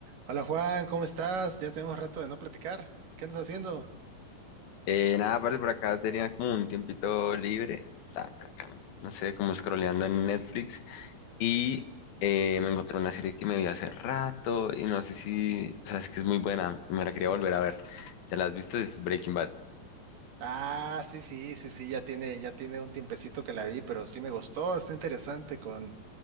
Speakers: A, on the right (about 60°); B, on the left (about 70°).
A: Hola Juan, ¿cómo estás? Ya tenemos rato de no platicar. ¿Qué andas haciendo?
B: Eh, nada, parce, por acá tenía como un tiempito libre, estaba por acá, no sé, como scrolleando en Netflix y eh, me encontré una serie que me vi hace rato y no sé si, o sea, es que es muy buena, y me la quería volver a ver. ¿Ya la has visto? Es Breaking Bad.
A: Ah, sí, sí, sí, sí, ya tiene, ya tiene un tiempecito que la vi, pero sí me gustó, está interesante con,